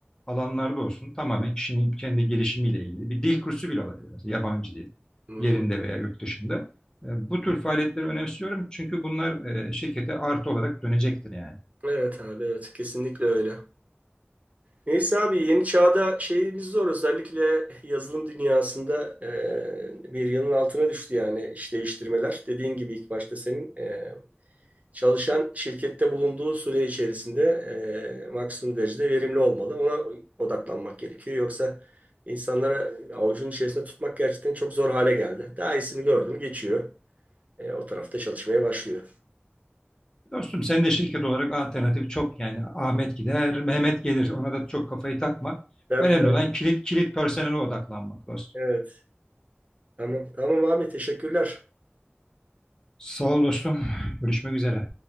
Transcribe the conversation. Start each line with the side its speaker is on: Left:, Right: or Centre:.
Left: alanlarda olsun. Tamamen kişinin kendi gelişimiyle ilgili bir dil kursu bile olabilir. Mesela yabancı dil
Right: Hı
Left: yerinde
Right: hı.
Left: veya yurt dışında. E, Bu tür faaliyetleri önemsiyorum çünkü bunlar e, şirkete artı olarak dönecektir yani.
Right: Evet abi evet kesinlikle öyle. Neyse abi yeni çağda şeyimiz zor özellikle yazılım dünyasında e, bir yılın altına düştü yani iş değiştirmeler. Dediğin gibi ilk başta senin e, çalışan şirkette bulunduğu süre içerisinde e, maksimum derecede verimli olmalı. Ona odaklanmak gerekiyor. Yoksa insanlara avucun içerisinde tutmak gerçekten çok zor hale geldi. Daha iyisini gördü mü geçiyor. E, o tarafta çalışmaya başlıyor.
Left: Dostum sen de şirket olarak alternatif çok yani Ahmet gider, Mehmet gelir. Ona da çok kafayı takma.
Right: Tabii
Left: Önemli
Right: tabii
Left: olan kilit kilit personele odaklanmak dostum.
Right: evet tamam tamam abi teşekkürler.
Left: Sağ ol dostum. Görüşmek üzere.